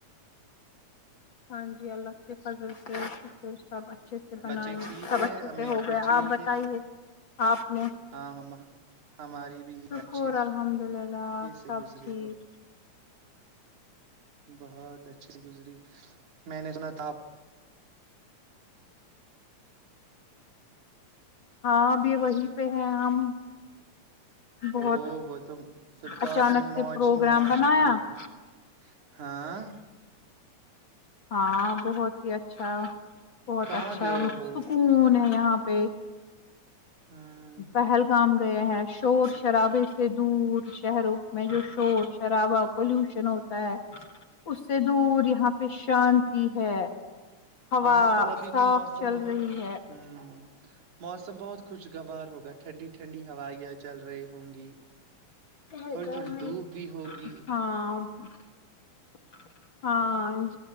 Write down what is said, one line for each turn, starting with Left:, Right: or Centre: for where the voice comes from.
Left: ہاں جی اللہ کی فضل سے شکر صب اجھ <inaudible> اچھے سے بنائ
Right: بچے ٹھیک
Left: سب
Right: ہے
Left: اچھے
Right: امی
Left: سے ہو
Right: ابو
Left: گیا
Right: ٹھیک
Left: آپ بتائیے
Right: ہے
Left: آپ نے
Right: ہاں ہم ہماری بھی عید
Left: شکر
Right: اچھے
Left: الحمد للہ
Right: سے
Left: سب
Right: گزری
Left: ٹھیک <inaudible>
Right: بہت اچھی گزری میں نے سنا تھاپ
Left: ہاں ابھی وہی پہ ہے ہم بہت
Right: او وہ تو پھر تو
Left: اچانک
Right: آپ نے
Left: سے
Right: موج
Left: پروگرام
Right: ہی موج
Left: بنایا
Right: کی ہوگی
Left: <inaudible>
Right: ہاں
Left: ہاں بہت ہی اچ <inaudible> چھا بہت
Right: کہاں
Left: اچھا
Right: گئے ہو
Left: سکون ہے <inaudible> یہاں پہ
Right: ہ
Left: پہلگام گئے ہیں شور شرابے سے دور شہروں میں جو شور خرابا پولوشن ہوت ہےاس سے دور یہاں پہ شانتی ہے ہوا
Right: وہاں تو ابھی
Left: صاف
Right: بھی موسم
Left: چل
Right: بہت
Left: رہی ہے
Right: امم۔۔ موسم بہت خوشگوار ہوگا ٹنڈی ٹھنڈی ہوائیاں چل رہی ہوں <unintelligible>
Left: پہلگام
Right: تھوڑی تھوڑی
Left: مے
Right: دھوپ بھی ہوگی
Left: ہاں <inaudible> ہاں <inaudible>